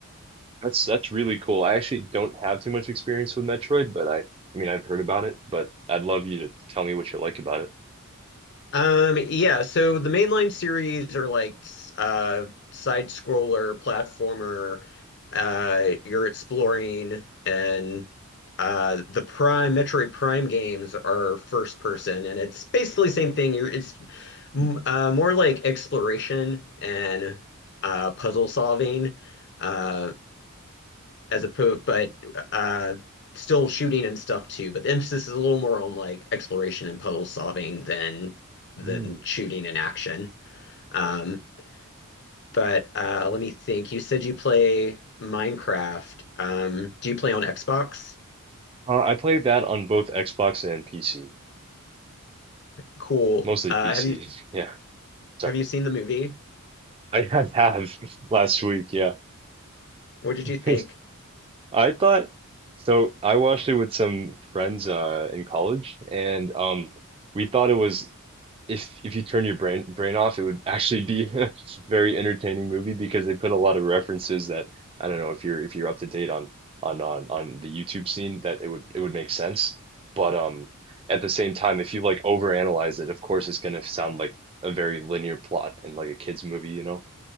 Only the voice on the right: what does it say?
That's that's really cool. I actually don't have too much experience with Metroid, but I I mean I've heard about it, but I'd love you to tell me what you like about it.
Mm.
Uh, I played that on both Xbox and PC.
Mostly
PC.
Yeah. Sorry.
I have have <laughs> last week. Yeah.
<laughs>
I thought so. I watched it with some friends uh in college and um we thought it was if if you turn your brain brain off, it would actually be <laughs> a very entertaining movie because they put a lot of references that I don't know if you're if you're up to date on on on on the YouTube scene that it would it would make sense. But um at the same time, if you like overanalyze it, of course it's gonna sound like a very linear plot and like a kid's movie, you know?